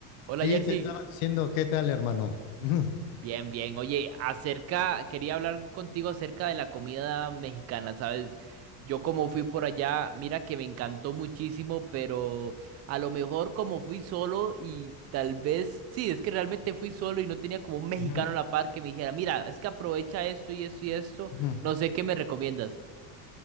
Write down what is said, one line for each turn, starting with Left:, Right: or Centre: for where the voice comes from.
Right: Hola
Left: Sí,
Right: Jersey,
Left: te estaba diciendo, ¿qué tal, hermano? <laughs> Ujú,
Right: bien, bien. Oye, acerca, quería hablar contigo acerca de la comida mexicana, ¿sabes? Yo como fui por allá, mira que me encantó muchísimo, pero a lo mejor como fui solo y tal vez, sí, es que realmente fui solo y no tenía como un mexicano
Left: ujú,
Right: a la par que me dijera, mira, es que aprovecha esto y esto y esto,
Left: ujú.
Right: no sé qué me recomiendas.